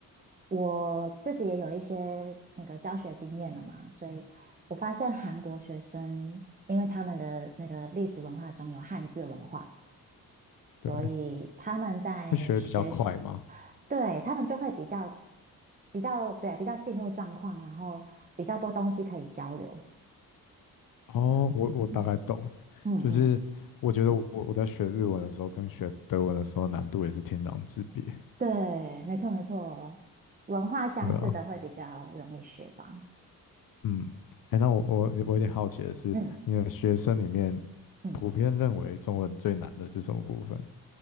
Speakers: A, on the right; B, on the left.
A: 我自己也有一些那个教学经验了嘛，所以我发现韩国学生，因为他们的那个历史文化中有汉字文化，所以他们在学习，
B: 对，会学得比较快吗？
A: 对，他们就会比较比较对比较进入状况，然后比较多东西可以交流，
B: 哦，
A: 这样，
B: 我我大概懂，
A: 嗯嗯嗯，
B: 就是我觉得我我在学日文的时候跟学德文的时候难度也是天壤之别，
A: 对，没错没错，文化相似的会比较容易学吧。
B: 对啊。嗯，哎，那我我我有点好奇的是，
A: 嗯
B: 你的学生里面
A: 嗯，
B: 普遍认为中文最难的是什么部分？
A: 嗯